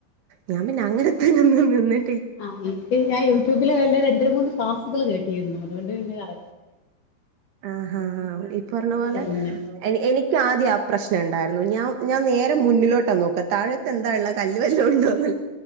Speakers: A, on the right; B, on the left.
A: ഞാൻ പിന്നെ അങ്ങനെത്തെന് ഒന്നും നിന്നി
B: ആഹ് ഞാൻ യൂട്യൂബില് നല്ല രണ്ട് മൂന്ന് ക്ലാസുകൾ കേട്ടിരുന്നു അതുകൊണ്ട് പിന്നെ കറ
A: ആഹ് ഹ ഹഹാ ഈ പറഞ്ഞ പോലെ
B: പിന്നെ
A: എ എനിക്ക് ആദ്യം ആ പ്രശ്നം ഉണ്ടായിരുന്നു ഞാൻ ഞാൻ നേരെ മുന്നിലോട്ടാ നോക്കാ താഴെ എന്താള്ളേ കല്ല് വല്ലോം ഉണ്ടോന്ന്ള്ളെ